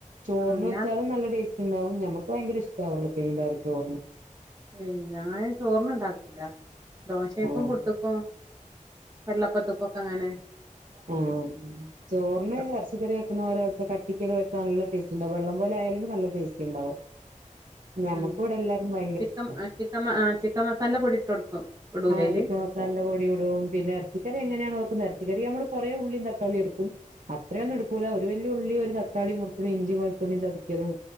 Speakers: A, on the right (about 70°); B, on the right (about 25°).
A: ചോറിന്
B: ആഹ്
A: വെച്ചാലും
B: ഞാൻ
A: നല്ല ടേസ്റ്റ് ഉണ്ടാവും ഞമ്മക്ക് പയിങ്കര ഇഷ്ട്ടാണ് ഉരുളക്കിഴങ്ങിന്റെ അകത്ത് ചോറ്
B: ഏയ് ഞാൻ ചോറിന് ഉണ്ടാക്കൂലാ ദോശക്കും
A: ആഹ്
B: പുട്ടക്കും കള്ളപ്പത്തുക്കുക്കങ്ങനെ
A: ഓ ചോറിന്
B: ഇണ്ടാക്കും
A: ഇറച്ചിക്കറി വെക്കുന്ന പോലെ ച്ചി കട്ടിക്കൊക്കെ വെച്ചാ നല്ല ടേസ്റ്റ് ഉണ്ടാവും വെള്ളം പോലെ ആയാലും നല്ല ടേസ്റ്റ് ഉണ്ടാവും. ഞമ്മക്ക്
B: ഉ
A: ഇവിടെ എല്ലാർക്കും ഭയങ്കര
B: ചിക്കമ്
A: ഇഷ്ടാ
B: ചിക്കൻ ആ ചിക്കൻ മസാലടെ പൊടിട്ട് കൊടുക്കും. ഇടൂലേ
A: ആ്
B: അയില്
A: ചിക്കൻ മസാലടെ പൊടിടും പിന്നെ ഇറച്ചിക്കറി
B: ഉം
A: എങ്ങനെയാണൊ വയ്ക്കുന്നെ എറച്ചിക്കറിക്ക് നമ്മള് കൊറേ ഉള്ളിയും തക്കാളിയും എടുക്കും അത്രൊന്നും എടുക്കൂല ഒരു വലിയ ഉള്ളിയും ഒര് തക് ക്കാളി മുറിച്ചതും ഇഞ്ചി വെളുത്തുള്ളി ചതിക്കതും